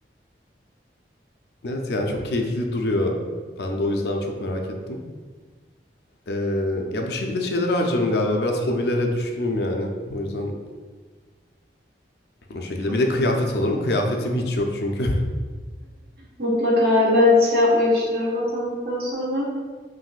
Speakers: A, on the left; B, on the right.
A: Evet yani çok keyifli duruyor. Ben de o yüzden çok merak ettim. Ee, ya bu şekilde şeyler harcarım galiba. Biraz hobilere düşkünüm yani. O yüzden o şekilde.
B: <laughs> Çok
A: Bir de kıyafet
B: iyi.
A: alırım. Kıyafetim hiç yok çünkü.
B: Mutlaka ya. Ben şey yapmayı düşünüyorum atandıktan sonra.